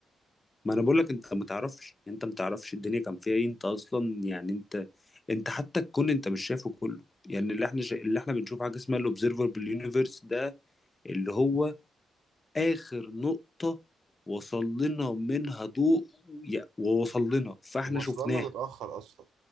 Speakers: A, on the left; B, on the right.
A: ما انا بقول لك انت ما تعرفش انت ما تعرفش الدنيا كان فيها ايه انت اصلا يعني انت انت حتى الكون انت مش شايفه كله يعني اللي احنا شا... اللي احنا بنشوف حاجه اسمها الاوبزرفبل يونيفرس ده اللي هو آخر نقطة وصل لنا منها ضوء يا- ووصل لنا فاحنا
B: وصل
A: شفناها
B: لنا متأخر اصلا